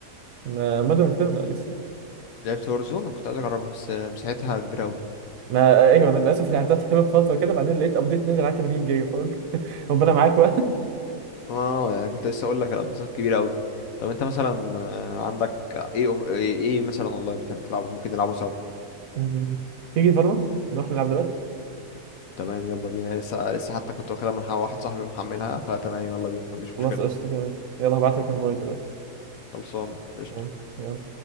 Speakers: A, on the right; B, on the left.
A: ما مودرن وورفير لا لسه
B: لعبت هورزون كنت عايز اجربها بس مساحتها كبيره قوي
A: ما ايوه انا للاسف لعبتها <laughs> تقريبا فتره كده بعدين لقيت ابديت نزل على 80 جيجا فقلت <laughs> ربنا معاك بقى
B: اه يعني كنت لسه اقول لك الابزات كبيره قوي طب انت مثلا آه، عندك ايه أوف- ايه إيه مثلا اونلاين بتحب تلعبه ممكن نلعبه سوا
A: مم. تيجي فالورانت نروح نلعب دلوقتي
B: تمام يلا بينا لسه لسه حتى كنت واخدها من ح- واحد صاحبي ومحملها فتمام يلا بينا ما عنديش
A: خلاص
B: مشكله
A: قشطة تمام يلا هبعت لك انفايت دلوقتي
B: خلصان قشطه
A: تمام يلا